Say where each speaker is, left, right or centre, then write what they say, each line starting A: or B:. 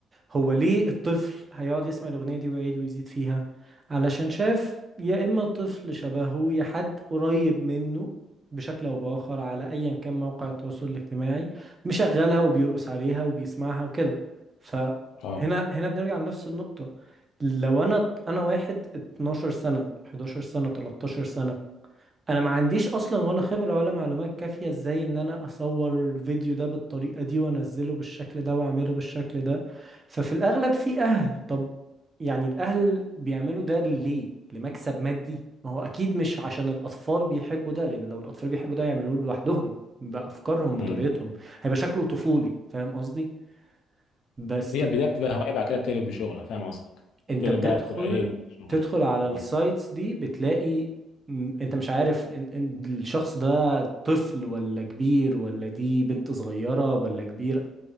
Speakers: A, on the right; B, on the left.
A: هو ليه الطفل هيقعد يسمع الأغنية دي ويعيد ويزيد فيها علشان شاف يا إما طفل شبهه يا حد قريب منه بشكل أو بآخر على أيا كان موقع التواصل الاجتماعي مشغلها وبيرقص عليها وبيسمعها وكده فهنا
B: اه
A: هنا هنا بنرجع لنفس النقطة لو أنا أنا واحد 12 سنة 11 سنة 13 سنة انا ما عنديش اصلا ولا خبرة ولا معلومات كافية ازاي ان انا اصور الفيديو ده بالطريقة دي وانزله بالشكل ده واعمله بالشكل ده ففي الاغلب في اهل طب يعني الاهل بيعملوا ده ليه لمكسب مادي ما هو اكيد مش عشان الاطفال بيحبوا ده لان لو الاطفال بيحبوا ده يعملوه لوحدهم بافكارهم
B: امم
A: بطريقتهم هيبقى شكله طفولي فاهم قصدي بس
B: هي البدايه بتبقى
A: لا
B: هوايه بعد كده بتقلب بشغل انا فاهم قصدك
A: انت
B: بتقلب
A: بتدخل
B: بقى بتبقى ايه شغل
A: تدخل على السايتس
B: اه
A: دي بتلاقي م- انت مش عارف ان ان الشخص ده طفل ولا كبير ولا دي بنت صغيرة ولا كبيرة